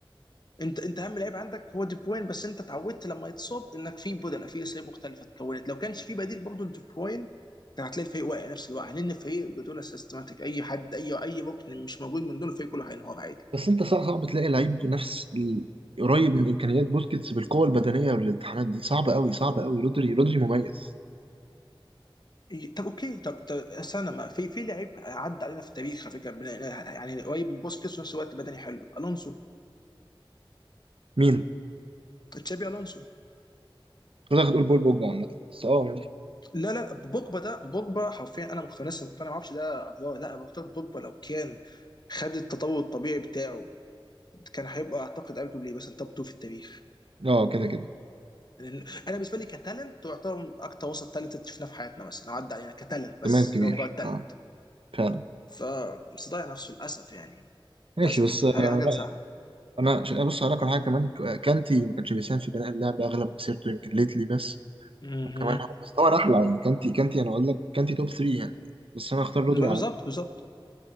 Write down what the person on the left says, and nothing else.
انت انت اهم لعيب عندك هو دي بروين بس انت اتعودت لما يتصاب انك في بدله في اسامي مختلفه اتكونت لو كانش في بديل برضه لدي بروين كان هتلاقي الفريق واقع نفس الوقع لان الفريق جوارديولا سيستماتيك اي حد اي اي ركن مش موجود من دون الفريق كله هينهار عادي
إيه، طب اوكي طب, طب استنى ما في في لعيب عدى علينا في التاريخ على فكره بن- يعني قريب من بوسكيتس وفي نفس الوقت بدني حلو الونسو
تشابي الونسو
لا لا لا، بوجبا ده بوجبا حرفيا انا مقتنع لسه مقتنع ما اعرفش ده افوار لا انا مقتنع بوجبا لو كان خد التطور الطبيعي بتاعه كان هيبقى اعتقد ارجوبلي مثلا توب 2 في التاريخ
لأن انا بالنسبه لي كتالنت تعتبر اكتر وسط تالنت شفناه في حياتنا مثلا أو عدى علينا كتالنت بس
اللي هو مجرد تالنت
فمش ضيع نفسه للاسف يعني
للاسف
حاجه حاجه
تزعل
مهم.
ما بالظبط
بالظبط